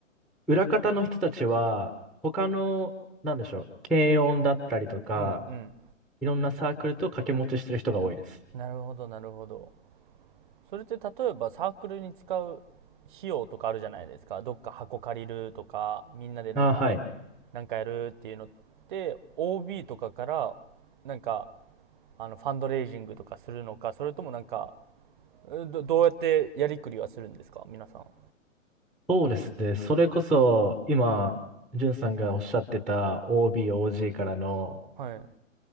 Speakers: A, in the centre; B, on the right.
A: 裏方の人たちは、他の、なんでしょう、軽音だったりとか、
B: うんうん
A: いろんなサークルと掛け持ちしてる人が多いです。
B: なるほどなるほどそれって例えばサークルに使う費用とかあるじゃないですかどっか箱借りるとかみんなでなんか
A: ああ、はい。
B: なんかやるっていうのって OB とかからなんかあのファンドレイジングとかするのかそれともなんかどどうやってやりくりはするんですか皆さん
A: そうですね。それこそ、今、じゅんさんがおっしゃってた OB、OG からの、
B: はい